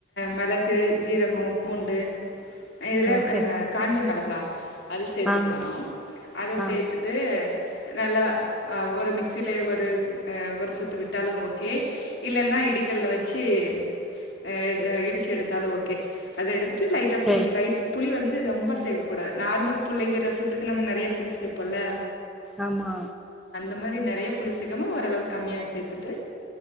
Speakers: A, on the left; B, in the centre.
A: மிளகு சீரகம் பூண்டு இதுல
B: ஓ சரி
A: காஞ்ச மிளகா அது சேர்த்துக்கலாம்
B: ஆ
A: அதை
B: ஆ
A: சேர்த்துட்டு நல்லா ஹ ஒரு மிக்சில ஒரு ஒரு சுத்து விட்டாலும் ஓகே இல்லைன்னா இடிக்கல்ல வச்சு அ இடிச்சு எடுத்தாலும் ஓகே அதை எடுத்து லைட்டா
B: சரி
A: புல் லைட் புலி வந்து ட்டு ரொம்ப சேக்ககூடாது நார்மல் புளி வி ரசத்துக்கு நம்ம நிறைய புளி சேப்போம்ல
B: ஆமா
A: அது மாரி நிறைய புளி சேக்கமா ஓரளவுக்கு கம்மியா சேத்துட்டு